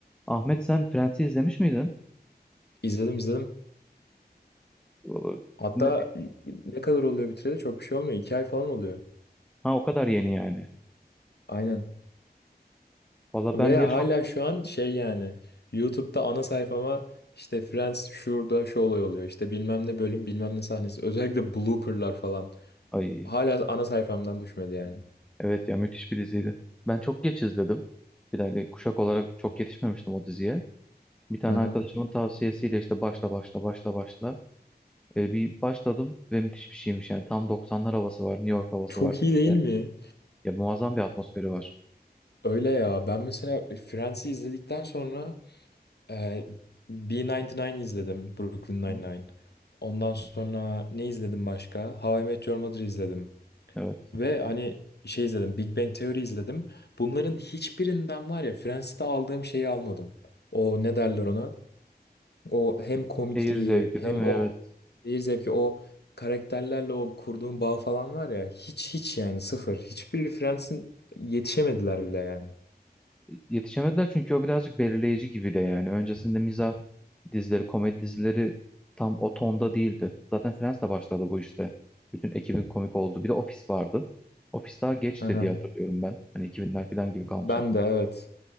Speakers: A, in the centre; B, on the left.
A: Ahmet sen Friends'i izlemiş miydin?
B: İzledim izledim.
A: Valla
B: Hatta
A: ne-
B: ne kadar oluyor bitireli çok bir şey olmuyor. İki ay falan oluyor.
A: Ha o kadar yeni yani.
B: Aynen.
A: Valla
B: Ve
A: ben yaş
B: hala
A: olarak...
B: şu an şey yani YouTube'da ana sayfama işte Friends şurada şu olay oluyor. İşte bilmem ne bölüm bilmem ne sahnesi. Özellikle blooperlar falan.
A: Ay
B: Hala ana sayfamdan düşmedi yani.
A: evet ya müthiş bir diziydi. Ben çok geç izledim. Bir tane kuşak olarak çok yetişmemiştim o diziye. Bir tane
B: Hı hı.
A: arkadaşımın tavsiyesiyle işte başla başla başla başla. E, bir başladım ve müthiş bir şeymiş yani. Tam 90'lar havası var, New York havası
B: Çok
A: var dizide.
B: iyi değil mi?
A: Ya muazzam bir atmosferi var.
B: Öyle ya. Ben mesela Friends'i izledikten sonra e, B99 izledim. Brooklyn Nine-Nine.
A: Hı,
B: Ondan sonra ne izledim başka? How I Met Your Mother izledim.
A: Evet.
B: Ve hani şey izledim, Big Bang Theory izledim. Bunların hiçbirinden var ya Friends'te aldığım şeyi almadım. O ne derler ona? O hem komikliği
A: Seyir zevki
B: hem
A: değil mi? Evet.
B: o seyir zevki o karakterlerle o kurduğum bağ falan var ya hiç hiç yani sıfır. Hiçbir Friends'in yetişemediler bile yani.
A: yetişemediler çünkü o birazcık belirleyici gibi de yani. Öncesinde mizah dizileri, komedi dizileri tam o tonda değildi. Zaten Friends'le başladı bu işte. Bütün ekibin komik oldu. Bir de Office vardı. Office daha geçti
B: Aha.
A: diye hatırlıyorum ben. Hani 2000'ler falan gibi kalmış
B: Ben
A: aklım.
B: de evet.